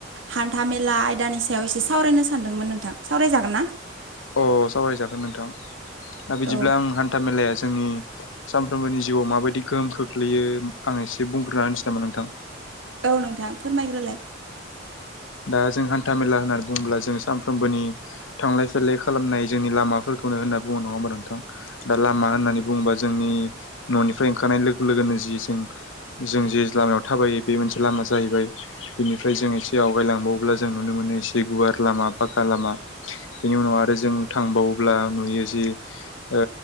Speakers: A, on the right; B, on the left.
A: हान्था मेला आयदानि सायाव एसे सावरायनो सानदोंमोन नोंथां सावरायजाख गोन ना?
B: अ सावरायजागोन नोंथां दा बिदिब्ला
A: औ
B: आं हान्था मेलाया जोंनि सानफ्रोमबोनि जिउआव माबायदि गोहोम खोख्लैयो आं एसे बुंग्रोना होनोसै नामा नोंथां?
A: औ नोंथां फोरमायग्रोलाय।
B: दा जों हान्था मेला होननानै बुङोब्ला जों सानफ्रोमबोनि थांलाय फैलाय खालामनाय जोंनि लामाफोर खौनो होनना बुङो नङा होमबा नोंथां? दा लामा होननानै बुङोबा जोंनि न'निफ्राय ओंखारनाय लोगो लोगोनो जि जों जों जेस लामायाव थाबायो बे मोनसे लामा जाहैबाय बेनिफ्राय जों ए आवगायलांबावब्ला जों नुनो मोनो एसे गुवार लामा फाका लामा बेनि उनाव आरो जों थांबाव अब्ला नुयो जि ओ